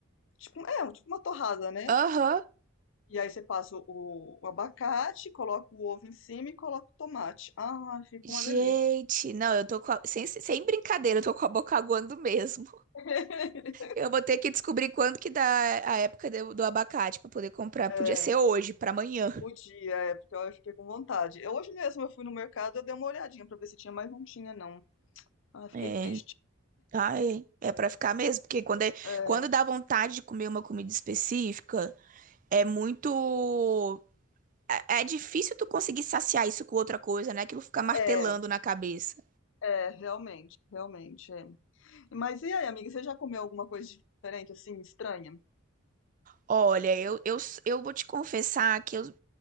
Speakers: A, on the left; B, on the right.
A: tipo, é, tipo uma torrada, né?
B: Aham.
A: E aí você passa o, o abacate, coloca o ovo em cima e coloca o tomate. Ah, fica
B: Gente,
A: uma delícia.
B: não, eu tô com a- sem, sem brincadeira, eu tô com a boca aguando mesmo.
A: <laughs>
B: Eu vou ter que descobrir quando que dá a época do, do abacate pra poder comprar. Podia
A: É,
B: ser hoje, pra amanhã.
A: podia, é, porque eu fiquei com vontade. Eu, hoje mesmo eu fui no mercado, eu dei uma olhadinha pra ver se tinha, mas não tinha, não. Ah, fiquei
B: É,
A: triste.
B: ai, é pra ficar mesmo, porque quando, é-
A: É,
B: quando dá vontade de comer uma comida específica, é muito. É, é difícil tu conseguir saciar isso com outra coisa, né? Aquilo fica martelando
A: é,
B: na cabeça.
A: é, realmente, realmente, é. Mas e aí, amiga, você já comeu alguma coisa diferente, assim, estranha?
B: Olha, eu, eu, eu vou te confessar que eu,